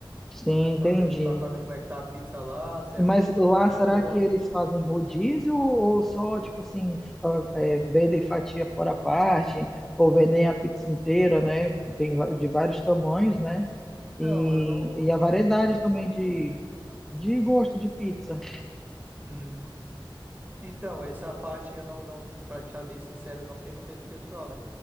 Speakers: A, in the centre; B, on the right (about 25°).
A: Sim, entendi.
B: Pra ver, pra, pra ver como é que tá a pizza lá, se é,
A: Mas lá
B: tá
A: será
B: boa
A: que eles
B: ou
A: fazem rodízio ou só, tipo assim, f- ah, é, vendem fatia fora a parte, ou vendem a pizza inteira, né? Que tem va- de vários tamanhos, né?
B: Então,
A: E,
B: eu não.
A: e a variedade
B: Hum,
A: também de, de gosto de pizza.
B: uhum. Então, essa parte eu não, não, pra te ser bem sincero, eu não perguntei do pessoal, né?